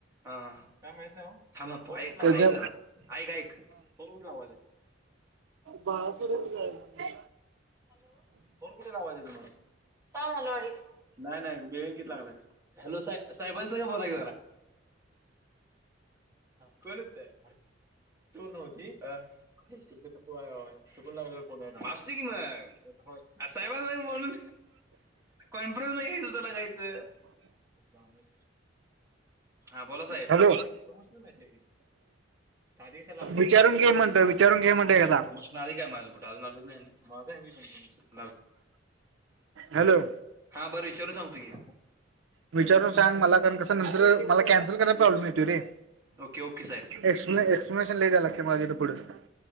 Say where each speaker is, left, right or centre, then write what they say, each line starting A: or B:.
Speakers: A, on the right (about 15°); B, on the right (about 80°).
A: हा हा. काय माहित नाही ओ? हा ऐक
B: त्याच्या
A: ऐक जरा ऐक ऐक फोन कुठ लावायचं हाय?
B: भावाकडे एक जायच
A: हॅलो. फोन कुठे लावायच तुम्हाला? <unintelligible> नाही नाही. बेळंकी लागलाय. हॅलो. साहेबा साहेबांसंग बोला की जरा, कोण हुत? <unintelligible> नव्हती <unintelligible> चुकून लागलं फोन यांना असू दे की मग. होय. साहेबां संग बोलून कॉन्फरन्स घ्यायचं, तुला घ्यायचं. पावण्यास हा. बोला साहेब
B: हॅलो
A: ते प्रमोशनल मॅच हाय. साधी कशा लावलीस
B: विचारून
A: मग?
B: घे म्हणलं विचारून घे म्हणलं एकदा
A: प्रमोशन आलय माझं कुठं अजून आलंच नाही. माझ हाय की तुमचं तुमचं
B: हॅलो.
A: हा. बरं विचारून सांगतो घे.
B: विचारून सांग मला कारण कस नंतर मला कॅन्सल करायला प्रॉब्लेम येतो रे
A: ओके ओके साहेब
B: एक्सप्लेशन लई द्यायला लागतय मला पुढे तिथ.